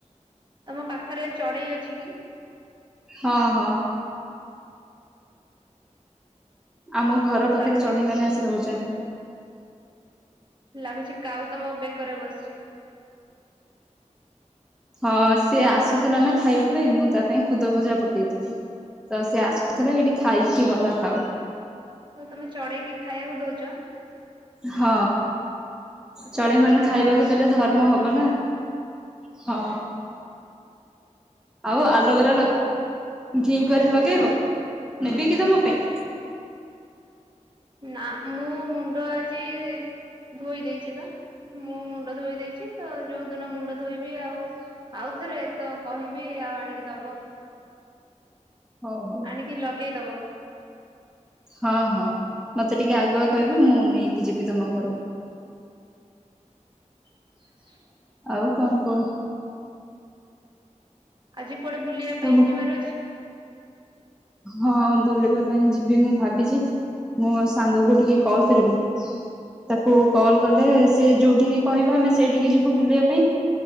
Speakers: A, on the right; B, in the centre.
A: ତମ ପାଖରେ ଚଢ଼େଇ ଅଛି କି?
B: ହଁ ହଁ। ଆମ ଘର
A: ଲାଗୁଛି
B: ପାଖରେ ଚଢେଇ ମାନେ ଆସି ରହୁଛନ୍ତି।
A: ଲାଗୁଛି କାଉ ତମ ବେକରେ ବସିଛି।
B: ହଁ ସିଏ ଆସୁଥିଲା ନା ଖାଇବା ପାଇଁ ମୁଁ ତା ପାଇଁ ଖୁଦ ଭଜା ପକେଇଥିଲି ତ ସେ ଆ <unintelligible> ଏଇଠି ଖାଇକି ଗଲା କାଉ।
A: ଆଉ ତମେ ଚଢେଇକି ଖାଇବାକୁ ଦଉଛ?
B: ହଁ ଚଢେଇ
A: ସେଟା
B: ମାନେ
A: ଭଲ
B: ଖାଇବାକୁ
A: କାମ
B: ଦେଲେ ଧର ମ ହବ ନା ହଁ। ଆଉ ଆଲୋଭେରା ଲଗ୍ ଘିଁ କୁଆଁରି ଲଗେଇବ ନେବି କି ତମ ପାଇଁ?
A: ନା ମୁଁ ମୁଣ୍ଡ ଆଜି ଧୋଇ ଦେଇଛି ବା। ମୁଁ ମୁଣ୍ଡ ଧୋଇ ଦେଇଛି ତ ଯୋଉ ଦିନ ମୁଣ୍ଡ ଧୋଇବି ଆଉ ଆଉ ଥରେ ତ କହିବି ଆଉ ଆଣିକି ଦବ।
B: ହଉଁ ହଉ।
A: ଟିକି ଲଗେଇ ଦବ।
B: ହଁ ହଁ ମତେ ଟିକେ ଆଗୁଆ କହିବ ମୁଁ ନେଇକି ଯିବି ତମ ଘରୁ
A: <inaudible>
B: ଆଉ କଣ କୁହ?
A: ଆଜି କୁଆଡେ ବୁଲିବା
B: ତମ
A: ପାଇଁ ଯିବାର ଅଛି?
B: ହଁ ବୁଲିବା ପାଇଁ ଯିବି ମୁଁ ଭାବିଛି ମୋ ସାଙ୍ଗକୁ ଟିକେ କଲ କରିବି ତାକୁ କଲ କଲେ ସେ ଯୋଉଠିକି କହିବା ଆମେ ସେଇଠିକି ଯିବୁ ବୁଲିବା ପାଇଁ